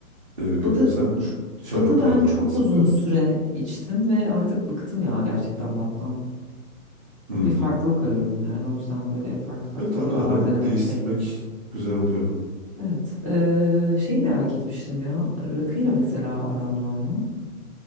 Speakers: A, on the right (about 25°); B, on the left (about 25°).
A: Ee,
B: Badı,
A: sen
B: ç-
A: şaraplardan
B: badı ben çok
A: bahset
B: uzun
A: biraz.
B: süre içtim ve artık bıktım ya gerçekten battan.
A: Hmm.
B: Bir farklılık arıyorum yani o yüzden böyle farklı farklı
A: Evet ara
B: biralar
A: ara
B: denemekteyim.
A: değiştirmek güzel oluyor.
B: Evet. eee, şeyi merak etmiştim ya. Rakıyla mesela aran var mı?